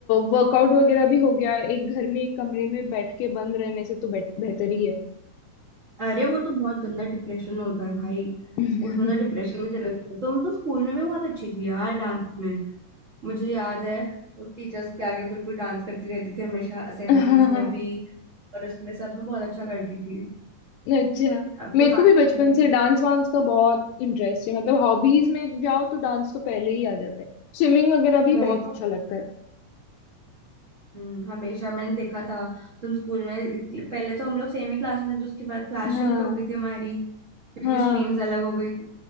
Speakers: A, on the left; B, on the right.
A: वर्कआउट वगैरह भी हो गया एक घर में एक कमरे में बैठ के बंद रहने से तो बेट- बेहतर ही है
B: अरे वो तो बहुत गंदा डिप्रेशन होता है भाई
A: <laughs>
B: उसमें तो डिप्रेशन में चले जाते हैं। तुम तो स्कूल में भी बहुत अच्छी थी यार डांस में मुझे याद है तुम टीचर्स के आगे बिल्कुल डांस करती रहती थी हमेशा असेंबलीज
A: हाँ हाँ।
B: में भी और उसमें सब में बहुत अच्छा करती थी
A: अच्छा
B: अब
A: मेरे
B: तो बात
A: को भी बचपन
B: नहीं होती
A: से डांस वांस का बहुत इंटरेस्ट है मतलब हॉबीज में जाओ तो डांस तो पहले ही आ जाता है स्विमिंग वगैरह भी
B: वही
A: बहुत
B: तो
A: अच्छा लगता है
B: हम्म हमेशा मैंने देखा था तुम स्कूल में पहले तो हम लोग सेम ही क्लास में थे उसके बाद क्लास शिफ्ट
A: हाँ
B: हो गई थी हमारी क्योंकि
A: हाँ
B: स्ट्रीम्स अलग हो गई थी